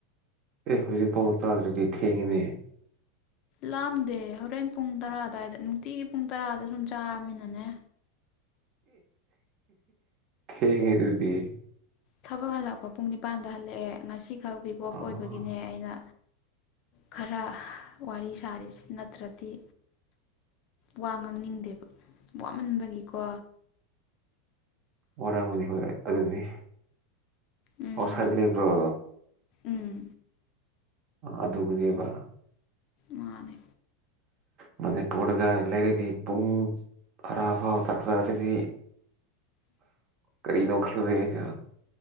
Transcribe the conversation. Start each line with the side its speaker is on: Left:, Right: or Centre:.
Right: ꯑꯦ ꯍꯧꯖꯤꯛꯐꯥꯎ ꯆꯥꯗ꯭ꯔꯗꯤ ꯊꯦꯡꯉꯤꯅꯦ
Left: ꯂꯥꯝꯗꯦ ꯍꯣꯔꯦꯟ ꯄꯨꯡ ꯇꯔꯥ ꯑꯗꯨ꯭ꯋꯥꯏꯗ ꯅꯨꯡꯇꯤꯒꯤ ꯄꯨꯡ ꯇꯔꯥꯗ ꯁꯨꯝ ꯆꯥꯔꯃꯤꯅꯅꯦ
Right: ꯊꯦꯡꯉ ꯑꯗꯨꯗꯤ
Left: ꯊꯕꯛ ꯍꯜꯂꯛꯄ ꯄꯨꯡ ꯅꯤꯄꯥꯟꯗ ꯍꯜꯂꯛꯑꯦ ꯉꯁꯤꯈꯛ ꯕꯤꯒ ꯑꯣꯐ
Right: ꯑꯣ
Left: ꯑꯣꯏꯕꯒꯤꯅꯦ ꯑꯩꯅ ꯈꯔ ꯋꯥꯔꯤ ꯁꯥꯔꯤꯁꯦ ꯅꯠꯇ꯭ꯔꯗꯤ ꯋꯥ ꯉꯥꯡꯅꯤꯡꯗꯦꯕ ꯋꯥꯃꯟꯕꯒꯤꯀꯣ
Right: ꯋꯥꯔꯝꯒꯅꯤ ꯍꯣꯏ ꯑꯗꯨꯗꯤ
Left: ꯎꯝ
Right: ꯑ ꯁ꯭ꯋꯥꯏꯗ
Left: ꯑꯗꯨꯒ
Right: ꯂꯩꯕ꯭ꯔꯣ
Left: ꯎꯝ
Right: ꯑꯗꯨꯗꯕꯨꯗꯤꯕꯔ
Left: ꯃꯥꯅꯦ
Right: ꯃ ꯄꯣꯠꯒ ꯂꯩꯔꯤꯗꯤ ꯄꯨꯡꯨꯡ ꯈꯔꯥꯕꯁꯛꯇ ꯑꯗꯨꯗꯤ ꯀꯔꯤ ꯅꯣꯈꯜꯂꯣ ꯀ